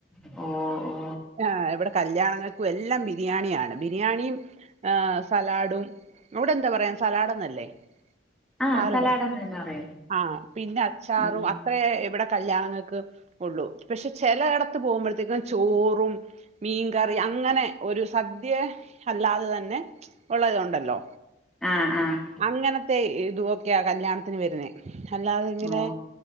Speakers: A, in the centre; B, on the right.
A: ഓ ഓ
B: ആ എവിടെ കല്യാണങ്ങൾക്കും എല്ലാം ബിരിയാണിയാണ് ബിരിയാണിയും ഏഹ് സലാഡും അവിടെ എന്താ പറയാ സലാഡന്ന് ല്ലെ ല്ലെ
A: ആഹ്
B: സാലട്
A: സലാഡെന്ന്
B: ഉം
A: തന്നെ പറയും
B: ആ പിന്നെ അച്ചാറും
A: ഉം
B: അത്രയെ വിടെ കല്യാണങ്ങൾക്ക് ഉള്ളൂ പക്ഷെ ചില ഇടത്ത് പോകുമ്പോഴത്തേക്കും ചോ റും മീൻകറി അങ്ങനെ ഒരു സദ്യ അല്ലാതെ തന്നെ ഉള്ളതുണ്ടല്ലോ
A: ആഹ് ആഹ്
B: അങ്ങനത്തെ ഈ ഇത് വൊക്കെയ ആ കല്യാണത്തിന് വെരുന്നേ- അല്ലാതെ ഇങ്ങനെ
A: ഓ